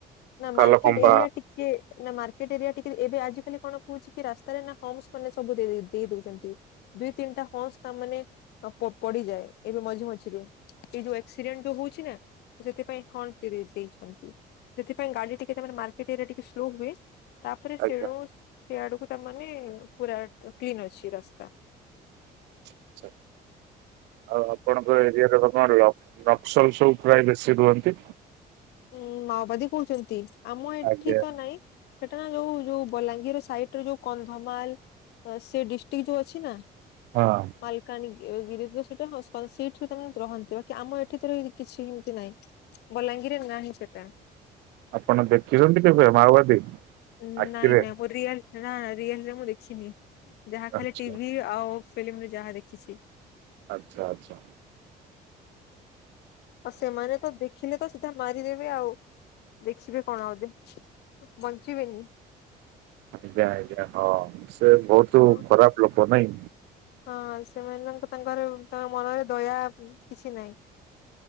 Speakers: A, on the left; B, on the right.
A: ନା
B: ଖାଲ
A: ମାର୍କେଟ
B: ଖମ୍ବା
A: ଏରିଆ ଟିକେ କେ ନା ମାର୍କେଟ ଏରିଆ ଟିକେ ଏବେ ଆଜିକାଲି କଣ ହଉଛି କି ରାସ୍ତାରେ ନା ହମସ୍ ମାନେ ସବୁ ଦେ ଦେ ଦେଇ ଦଉଛନ୍ତି। ଦୁଇ ତିନିଟା ହଂସ୍ ତା ମାନେ ଅ ପ ପଡିଯାଏ ଏବେ ମଝି ମଝିରେ ଏଇ ଯୋଉ ଆକ୍ସିଡେଣ୍ଟ ଯୋଉ ହଉଛି ନା ସେଥିପାଇଁ ହମ୍ସ ଦେଇ ଦେ ଇଛନ୍ତି ସେଥିପାଇଁ ଗାଡି ଟିକେ ମାର୍କେଟ ଏରିଆ ରେ ଟିକେ ସ୍ଲୋ ହୁଏ। ତାପରେ
B: ଆଜ୍ଞା
A: ସେଣୁ ସିଆଡକୁ ତା ମାନେ ପୁରା କ କ୍ଲିନ ଅଛି ରାସ୍ତା।
B: <inaudible> ଆଉ ଆପଣଙ୍କର ଏରିଆର କଣ ନକ୍ସଲ ସବୁ ପ୍ରାୟ ବେଶୀ ରୁହନ୍ତି।
A: ଉଁ ମାଓବାଦୀ କହୁଛନ୍ତି ଆମ ଏଠି
B: ଆଜ୍ଞା
A: ତ ନାଇଁ। ସେଟା ନା ଯୋଉ ଯୋଉ ବଲାଙ୍ଗୀରର ସାଇଟରେ ଯୋଉ କନ୍ଧମାଲ ଅ ସେ ଡିଷ୍ଟିକ ଯୋଉ ଅଛି ନା
B: ହଁ।
A: ମାଲକାନ ଗି ଗିରି ତ ସେଟା ହଁ ସ ସେଇଠିରେ ତା ରହନ୍ତି ବାକି ଆମ ଏଠି ତରେ କିଛି ହିଁ ଏମିତି ନାହିଁ। ବଲାଙ୍ଗିରି ରେ ନାହିଁ ସେଟା।
B: ଆପଣ ଦେଖିଛନ୍ତି କେବେ ମାଓବାଦୀ?
A: ଉଁ
B: ଆଖିରେ?
A: ନାଇଁ ନାଇଁ ମୁଁ ରିଅଲ ନା ରିଏଲରେ ମୁଁ ଦେଖିନି ଯାହା
B: ଆଚ୍ଛା
A: ଖାଲି ଟିଭି ଆଉ ଫିଲ୍ମରେ ଯାହା ଦେଖିଛି।
B: ଆଚ୍ଛା ଆଚ୍ଛା।
A: ଆଉ ସେମାନେ ତ ଦେଖିଲେ ତ ସିଧା ମାରିଦେବେ ଆଉ ଦେଖିବେ କଣ ଆଉ ଯେ। ବଞ୍ଚିବେନି।
B: ଆଜ୍ଞା ଆଜ୍ଞା ହଁ ସେ ବୋହୁତୁ
A: ହଁ
B: ଖରାପ ଲୋକ ନାଇଁ।
A: ହଁ ସେମାନଙ୍କ ତାଙ୍କର ତାଙ୍କ ମନରେ ଦୟା ଉଁ କିଛି ନାହିଁ।